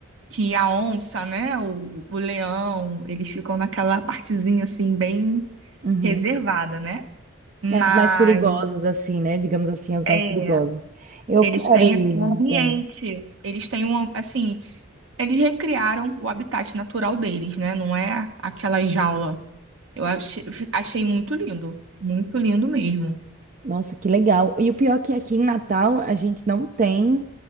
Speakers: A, on the right; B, on the right.
A: que a onça, né? O, o leão, eles ficam naquela partezinha assim, bem
B: Uhum.
A: reservada, né? Mas
B: É, as mais perigosas, assim, né? Digamos assim, as mais
A: é,
B: perigosas. Eu
A: eles
B: quero
A: têm
B: ir
A: um
B: visitar.
A: ambiente, eles têm um, assim, eles recriaram o habitat natural deles, né? Não é aquela jaula. Eu achei, achei muito lindo, muito lindo mesmo.
B: Nossa, que legal. E o pior é que aqui em Natal a gente não tem